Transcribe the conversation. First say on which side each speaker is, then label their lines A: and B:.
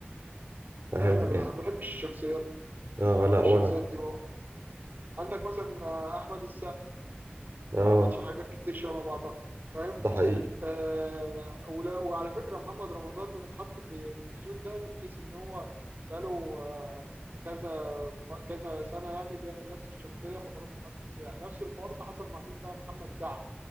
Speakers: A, on the right; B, on the right.
A: فاهم
B: لا لا لا
A: يعني
B: ما بحبش الشخصيات دي
A: آه لا
B: ما بحبش
A: ولا
B: الشخصيات دي عندك مثلا آه، احمد السقا
A: آه
B: ما عملش حاجات كتير شبه بعضها فاهم
A: ده حقيقي
B: آه ولا وعلى فكره محمد رمضان اتحط في في الزون ده بحيث ان هو بقاله آه كذا كذا سنه يعني بيعمل نفس الشخصيه فخلاص اتحط فيها نفس الحوار ده حصل مع مين بقى محمد سعد